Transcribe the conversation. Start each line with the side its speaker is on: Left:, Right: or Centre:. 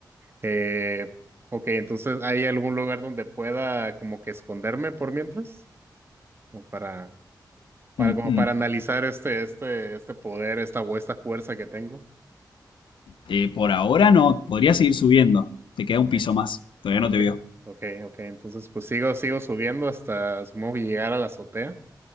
Right: Eh, ok, entonces, ¿hay algún lugar donde pueda como que esconderme por mientras? Como para, para,
Left: Mm,
Right: como
Left: mm.
Right: para analizar este, este, este poder, esta o esta fuerza que tengo.
Left: Eh, por ahora no, podrías seguir subiendo. Te queda
Right: Ok,
Left: un piso más, todavía
Right: Ok,
Left: no te vio.
Right: ok, ok. Entonces, pues sigo, sigo subiendo hasta supongo que llegar a la azotea.